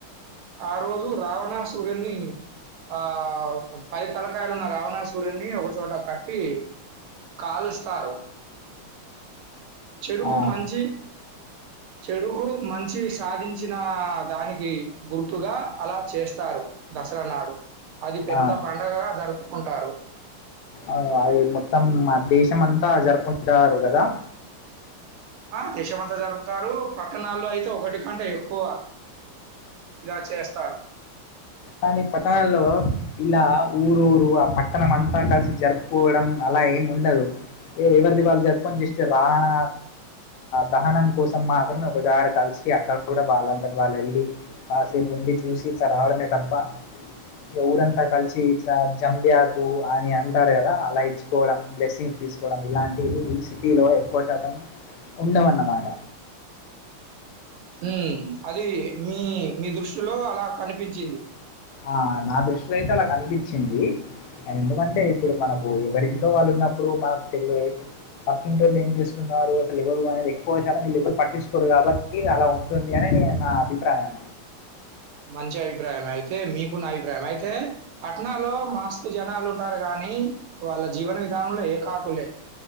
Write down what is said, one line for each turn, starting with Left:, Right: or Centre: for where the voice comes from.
Right: ఆ రోజు రావణాసూరుని ఆ పది తలకాయలున్న రావణా సూర్యుని ఒకచోట కట్టి కాలుస్తారు చెడుకు
Left: ఆ
Right: మంచి చెడుకు మంచి మంచి సాధించిన దానికి గుర్తుగా అలా చేస్తారు దసరా నాడు అది పెద్ద
Left: ఆ
Right: పండుగగా జరుపుకుంటారు
Left: ఆ, అది మొత్తం మన దేశంమంతా జరుపుకుంటారు కదా
Right: ఆ దేశమంతా జరుపుతారు. పట్టణాల్లో అయితే ఒకటి కంటే ఎక్కువ ఇలా చేస్తారు.
Left: కానీ పట్టణాల్లో ఇలా ఊరు ఊరు ఆ పట్టణం అంతా కలిసి జరుపుకోవడం అలా ఏం ఉండదు. ఏ ఎవరిది వాళ్ళు జరుపుకొని జస్ట్ రావణ దహనం కోసం మాత్రమే ఒక చాట కలిసి అక్కడ గూడ వాళ్ళంతట వాళ్ళు వెళ్ళి కాసేపు ఉండి చూసి ఇట్లా రావడమే తప్ప ఇగ ఊరంతా కలిసి ఇట్లా జంబిఆకు అని అంటారు కదా అలా ఇచ్చుకోవడం బ్లెస్సింగ్స్ తీసుకోవడం ఇలాంటివి ఈ సిటీలో ఎక్కువ శాతం ఉండవన్నమాట.
Right: హ్మ్ అది మీ మీ దృష్టిలో అలా కనిపించింది.
Left: ఆ నా దృష్టిలో అయితే అలా అనిపించింది. ఎందుకంటే ఇప్పుడు మనకు ఎవరింట్లో వాళ్ళు ఉన్నప్పుడు మనకు తెలిదు కదా పక్కింటోళ్ళు ఏం చేస్తున్నారు అసలు ఎవరు అనేది ఎక్కువ శాతం వెళ్లేవరు పట్టించుకోరు. కాబట్టి అలా ఉంటుంది అని నేను నా అభిప్రాయం.
Right: మంచి అభిప్రాయం అయితే మీకున్న అభిప్రాయం అయితే పట్నల్లొ మాస్తు జనాలు ఉంటారు గానీ వాళ్ళ జీవన విధానంలో ఏకాకులే